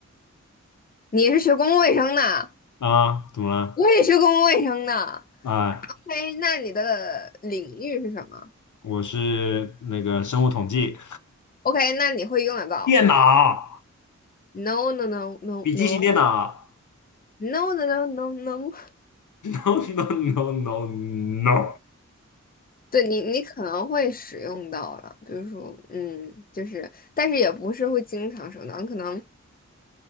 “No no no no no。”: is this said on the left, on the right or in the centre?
Left